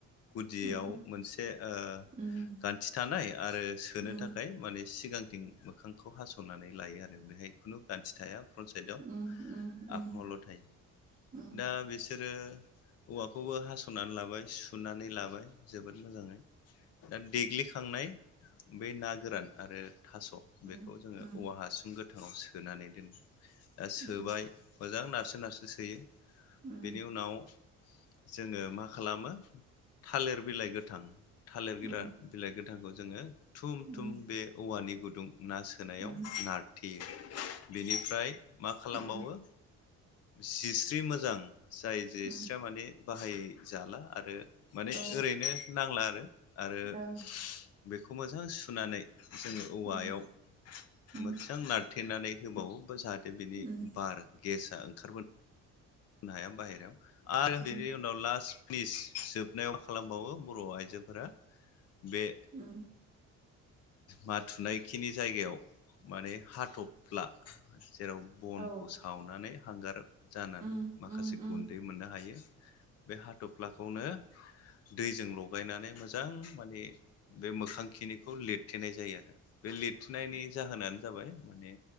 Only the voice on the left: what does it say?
गुदियाव
मोनसे ओ
गान्थि थानाय आरो सोनो
थाखाय माने सिगांथिं मोखांखौ हास'नानै लायो आरो बेहाय खुनु गान्थि थाया। फ्रन्ट साइदाव
आफाङावाल' थायो
दा बिसोरो औवाखौबो हास'नानै लाबाय सुनानै लाबाय जोबोद मोजाङै। दा देग्लिखांनाय बै ना गोरान आरो थास'
बेखौ जोङो
औवा हासुं गोथाङाव सोनानै दोनो। दा सोबाय
मोजां नारसो नारसो सोयो
बेनि उनाव जोङो मा खालामो थालेर बिलाइ गोथां थालेर गोरा
बिलाइ गोथांखौ जोङो थुम
थुम बे औवानि गुदुं ना सो सोनायाव
नारथेयो बेनिफ्राय मा खालामबावो
जिस्रि मोजां जाय जिस्रिया
माने बाहायै जाला आरो माने
ओरैनो नांला आरो आरो
बेखौ मोजां सुनानै जोङो औवायाव
मोजां
नारथेनानै होबावोबा जा दा बिनि
बार गेसा ओंखारबोनो हाया बाहेरायाव आरो
बिनि
उनाव लास्ट पिस जोबनायाव खालामबावो बर' आइजोफोरा बे
माथुनायखिनि जायगायाव माने हा थफ्ला जेराव बनखौ
सावनानै हांगार जानानै
माखासे
गुन्दै मोननो हायो बे हाथफ्लाखौनो दैजों लगायनानै मोजां माने बे मोखांखिनिखौ लिरथेनाय जायो आरो बे लिरथेनायनि
जाहोनानो जाबाय माने